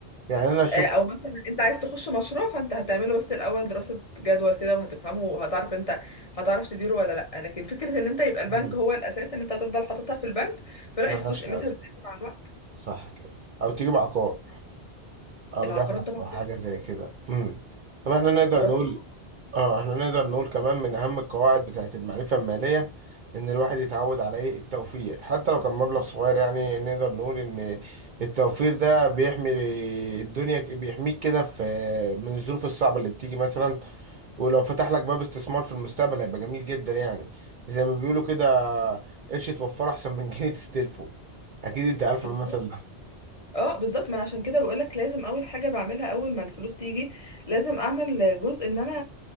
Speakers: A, on the right; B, on the left.
A: يعني انا شفت
B: آه، او مثلا انت عايز تخش مشروع فانت هتعمله بس الاول دراسة جدوى كده وهتفهمه وهتعرف انت هتعرف تديره ولا لا لكن فكرة ان انت يبقى البنك
A: مم.
B: هو الاساس ان انت هتفضل حاططها في البنك فلا
A: ملهاش
B: الفلوس قيمتها
A: لازمه
B: بتقل مع الوقت
A: صح كده او تجيب عقار او
B: العقارات
A: ذهب
B: طبعا
A: او حاجه
B: تحفة
A: زي كده امم طب احنا
B: العقارات
A: نقدر نقول
B: تحفة
A: اه احنا نقدر نقول كمان من اهم القواعد بتاعت المعرفه الماليه ان الواحد يتعود على ايه التوفير حتى لو كان مبلغ صغير يعني نقدر نقول ان التوفير ده بيحمي الدنيا بيحميك كده في من الظروف الصعبه اللي بتيجي مثلا ولو فتح لك باب استثمار في المستقبل هيبقى جميل جدا يعني زي ما بيقولوا كده قرش توفره احسن من جنيه تستلفه اكيد انت عارف
B: بالظبط
A: المثل ده
B: اه بالظبط ما انا عشان كده بقول لك لازم اول حاجة بعملها اول ما الفلوس تيجي لازم اعمل جزء ان انا